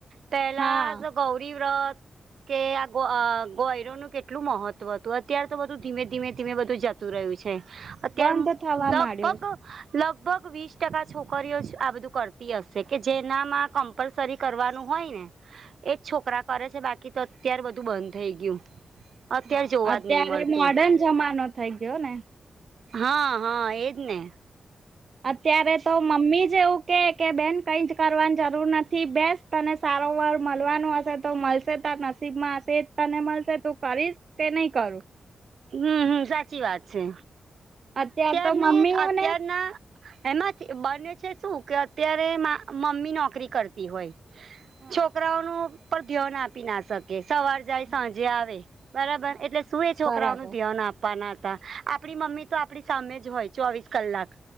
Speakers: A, on the right; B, on the right.
A: પેલા
B: હા
A: જ ગૌરીવ્રત કે આ ગોયરોનું કેટલું મહત્વ હતું અત્યારે તો બધું ધીમે ધીમે ધીમે બધું જત રહ્યું છે અત્યાર
B: બંધ
A: લગભગ
B: થવા માંડ્યો છે.
A: લગ લગભગ વીસ ટકા છોકરીઓ જ આ બધું કરતી હશે કે જેનામાં કમ્પલસરી કરવાનું હોય ને. એજ છોકરા કરે છે બાકી તો અત્યાર બધું બંધ થઈ ગયું. અત્યારે
B: હા
A: જોવા
B: અત્યારે
A: જ નહી મળતું
B: મોર્ડન જમાનો થઇ ગયો ને.
A: હા હા એજ ને.
B: અત્યારે તો મમ્મી જ એવું કે કે બેન કઈજ. કરવાની જરૂર નથી બેસ તને સારો વર મળવાનું હશે તો મળશે તો નસીબમાં હશે. તને મળશે તું કરીશ તે નહી કરું.
A: હમ હમ સાચી વાત છે
B: અત્યાર તો
A: અને
B: મમ્મીઓને
A: અત્યારને અત્યારના એમાં બને છે શું કે અત્યારે મમ્મી નોકરી કરતી હોય.
B: હા
A: છોકરાઓ ન પણ ધ્યાન આપી ના શકે સવાર જાય
B: હા
A: સાંજે આવે બરાબર
B: હા
A: એટલે શું એ છોકરાઓનું
B: બરાબર
A: આપવાના હતા આપણી મમ્મી તો આપણી સામે જ હોય ચોવીસ કલાક